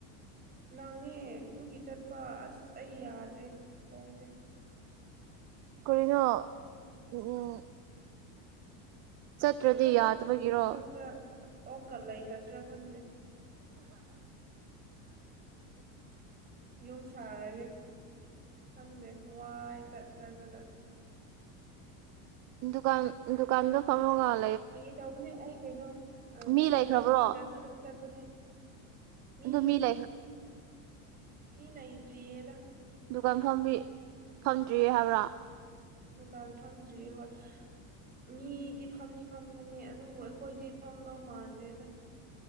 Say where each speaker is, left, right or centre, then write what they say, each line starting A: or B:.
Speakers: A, on the right; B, on the right.
A: ꯅꯪꯉꯦ ꯑꯗꯨꯒꯤ ꯆꯠꯄ ꯑꯁ ꯑꯩ ꯌꯥꯗ꯭ꯔꯦ ꯍꯣꯡꯁꯦ
B: ꯀꯔꯤꯅꯣ ꯎꯝ ꯆꯠꯇ꯭ꯔꯗꯤ
A: ꯃꯊꯛꯇ
B: ꯌꯥꯗꯕꯒꯤꯔꯣ
A: ꯃꯊꯛꯇ ꯑꯣꯛꯀ ꯂꯩꯈ꯭ꯔꯁꯤꯔꯥ ꯈꯪꯗꯦ ꯌꯨꯝ ꯁꯥꯔꯒꯦ ꯍꯪꯅꯦꯦ ꯋꯥꯏ ꯆꯠ ꯆꯠꯄꯗ
B: ꯗꯨꯀꯥꯟ ꯗꯨꯀꯥꯟꯗꯣ ꯐꯔꯒ
A: ꯀꯒꯤ ꯇꯧꯕꯅꯦ ꯑꯩ ꯀꯩꯅꯣ ꯑꯣꯛꯆꯥꯛ
B: ꯃꯤ ꯂꯩꯈ꯭ꯔꯕ꯭ꯔꯣ
A: ꯄꯤꯗ꯭ꯔꯁꯨ ꯑꯗꯨꯝ ꯆꯠ ꯗ ꯃꯤ
B: ꯑꯗꯨ ꯂꯩꯈ꯭ꯔ
A: ꯃꯤ ꯂꯩꯇ꯭ꯔꯤꯌꯦꯗ
B: ꯗꯨꯀꯥꯟ ꯐꯝ ꯐꯝꯗ꯭ꯔꯤꯌꯦ ꯍꯥꯏꯕ꯭ꯔꯥ
A: ꯗꯨꯀꯥꯟ ꯐꯪꯗ꯭ꯔꯤ ꯍꯣꯏ ꯃꯤꯗꯤ ꯐꯝꯗꯤ ꯐꯝꯒꯅꯤ ꯑꯗꯨꯕꯨ ꯑꯩꯈꯣꯏꯗꯤ ꯐꯝꯗꯧ ꯃꯥꯟꯗꯦꯗ